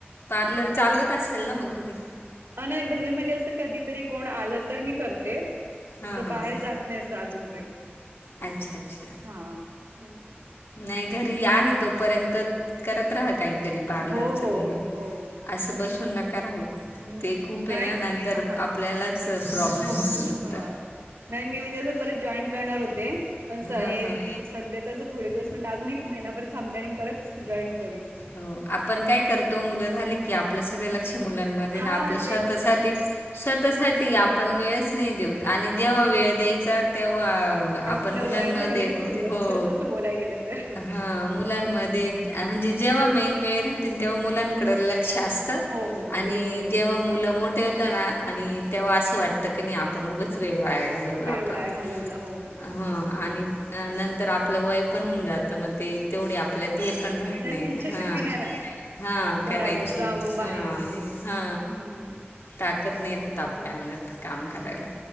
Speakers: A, on the left; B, on the right.
A: पार्लर चालवत असेल ना मग घरी?
B: अ नाही घरी म्हणजे असं कधीतरी कोण आलं तर मी करत ते
A: हां
B: असं
A: हां
B: बाहेर जात नाहीस अजून पण
A: अच्छा अच्छा
B: हा. नमस्ते!
A: नाही घरी आहे तोपर्यंत करत राहा काहीतरी पार्लरच
B: हो हो
A: तुम्ही.
B: हो
A: असं बसून नका
B: हम्म
A: राहू ते खूप
B: नाही
A: आहे नंतर
B: हा
A: आपल्याला प्रॉब्लेम
B: उफ
A: होत नंतर
B: हा नाही मी म्हणजे अस परत जॉईन करणार होते असं
A: हां
B: आहे
A: हां
B: म्हणज सध्या क थोडे दिवस म्हणट अजून महिनाभर थांबते आणि परत जॉईन करेन.
A: हो आपण काय करतो मुलं झाले की आपलं सगळ लक्ष मुलांमध्ये
B: हा
A: आपल्या
B: तेच
A: स्वतासाठी स्वतःसाठी आपण वेळच नाही देऊत
B: नाही
A: आणि जेव्हा वेळ द्यायचा तेव्हा आपण
B: आपलं
A: मुलांमध्ये
B: वय झा झालं
A: हो
B: असतं तसं बोलाय गेलं तर
A: ह मुलांमध्ये
B: हम्म
A: म्हणजे जेव्हा मेन वेळ राहतील तेव्हा मुलांकडे लक्ष असत.
B: हो हो
A: आणि
B: हे बरोबर
A: जेव्हा मुलं मोठे होत ना. आणि तेव्हा असं वाटतं की नाही आपण उगंच वेळ वाढ घालवला
B: वेळ
A: आपला
B: वाया घालवला हो
A: ह
B: हम्म,
A: आणि अ नंतर आपलं वय पण होऊन जातं मग ते तेवढे आपल्या ते पण राहत. नाही
B: इच्छा
A: हा.
B: शक्ती नाही राहत.
A: हा
B: करावं
A: करायची
B: जावं बाहेर
A: हा
B: असं
A: हा
B: हम्म
A: ताकद नाही राहत. आपल्या अंगात काम करायला.